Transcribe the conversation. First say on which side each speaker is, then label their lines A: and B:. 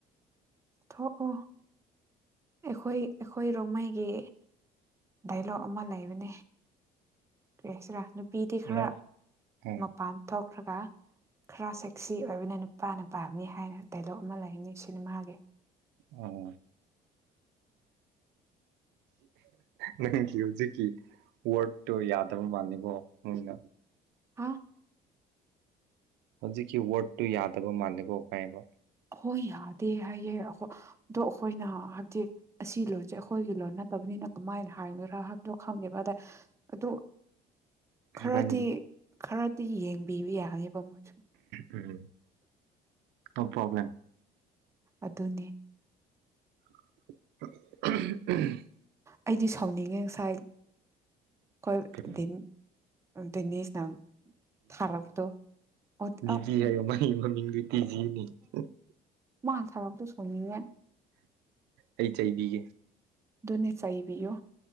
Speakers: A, on the right (about 15°); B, on the right (about 85°).
A: ꯊꯣꯛꯑꯣ ꯑꯈꯣꯏ ꯑꯈꯣꯏ ꯔꯨꯝꯃꯩꯒꯤ ꯗꯥꯏꯂꯣꯛ ꯑꯃ ꯂꯩꯕꯅꯦ ꯀꯩ ꯍꯥꯏꯁꯤꯔ ꯅꯨꯄꯤꯗꯤ ꯈꯔ
B: ꯅꯪ ꯎꯝ
A: ꯃꯄꯥꯟ ꯊꯣꯛꯈ꯭ꯔꯒ ꯈꯔ ꯁꯦꯛꯁꯤ ꯑꯣꯏꯕꯅ ꯅꯨꯄꯥꯅ ꯄꯥꯝꯅꯤ ꯍꯥꯏꯅ ꯗꯥꯏꯂꯣꯛ ꯑꯃ ꯂꯩꯕꯅꯤ ꯁꯤꯅꯤꯃꯒꯤ
B: ꯑꯥ ꯅꯪꯒꯤ ꯍꯧꯖꯤꯛꯀꯤ ꯋꯥꯔꯠꯗꯇꯣ ꯌꯥꯗꯕ ꯃꯥꯜꯂꯦꯀꯣꯅ
A: ꯑ
B: ꯍꯧꯖꯤꯛꯀꯤ ꯋꯥꯔꯠꯗꯇꯣ ꯌꯥꯗꯕ ꯃꯥꯜꯂꯦꯀꯣ ꯀꯥꯏꯕ
A: ꯍꯣꯏ ꯌꯥꯗꯦ ꯍꯥꯏꯌꯦ ꯑꯣ ꯑꯗꯣ ꯑꯈꯣꯏꯅ ꯍꯥꯏꯕꯗꯤ ꯑꯁꯤ ꯂꯣꯟꯁꯦ ꯑꯈꯣꯏꯒꯤ ꯂꯣꯟ ꯅꯠꯇꯕꯅꯤ ꯃꯤꯅꯀꯃꯥꯏꯅ ꯍꯥꯏꯒꯗꯔꯥ ꯍꯥꯏꯕꯗꯣ ꯈꯪꯗꯦꯕ ꯑꯗ ꯑꯗꯨ
B: <inaudible>
A: ꯈꯔꯗꯤ
B: ꯀꯥꯏꯗꯦ
A: ꯈꯔꯗꯤ ꯌꯦꯡꯕꯤꯕ ꯌꯥꯕꯅꯦꯕ ꯃꯣꯏ
B: ꯎꯝ ꯅꯣ ꯄ꯭ꯔꯣꯕꯂꯦꯝ
A: ꯑꯗꯨꯅꯤ
B: <unintelligible>
A: ꯑꯩꯗꯤ ꯁꯥꯎꯅꯤꯡꯉꯦ ꯉꯁꯥꯏ ꯑꯈꯣꯏ
B: ꯀꯩꯅꯣ
A: ꯗꯤꯟ ꯗꯤꯅꯦꯁꯅ ꯊꯥꯔꯛꯄꯗꯣ ꯍꯣꯏ
B: ꯕꯤꯖꯤ ꯍꯥꯏ ꯑꯥꯏ ꯃꯃꯤꯡꯗꯣ <unintelligible>
A: ꯃꯥ ꯊꯝꯃꯛꯄꯗꯣ ꯁꯥꯎꯅꯤꯡꯉꯦ
B: ꯑꯩ ꯆꯩꯕꯤꯒꯦ
A: ꯑꯗꯨꯅꯦ ꯆꯩꯕꯤꯌꯣ